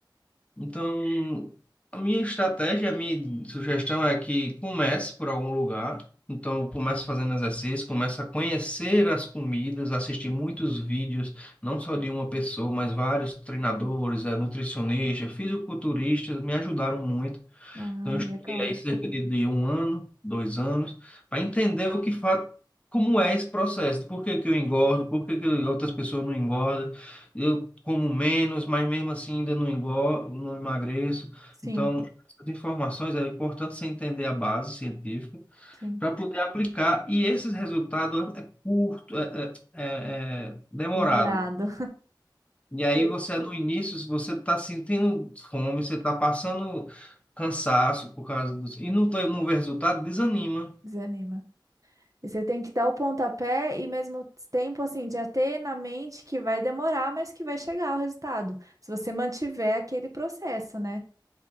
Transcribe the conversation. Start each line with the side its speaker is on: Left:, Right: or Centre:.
Left: então, a minha estratégia, a minha sugestão é que comece por algum lugar. Então, comece fazendo exercício, comece a conhecer as comidas, assistir muitos vídeos, não só de uma pessoa, mas vários treinadores, eh, nutricionistas, fisiculturistas, me ajudaram muito.
Right: Ah,
Left: Então, eu estudei
Right: legal.
Left: aí cerca de, de um ano, dois anos, para entender o que fa... como é esse processo, de por que que eu engordo, por que que outras pessoas não engordam, eu como menos, mas mesmo assim ainda não engordo, não emagreço.
Right: Sim,
Left: Então, essas informações é importante você entender a base científica
Right: sim.
Left: para poder aplicar, e esses resultados é é curto, é, é, é é demorado.
Right: Demorado.
Left: E aí
Right: E-
Left: você no início, você está sentindo fome, você está passando cansaço por causa dos... E não, tem- não vê resultado, desanima.
Right: Desanima. E você tem que dar o pontapé e mesmo tempo, assim, já ter na mente que vai demorar, mas que vai chegar o resultado. Se você mantiver aquele processo, né?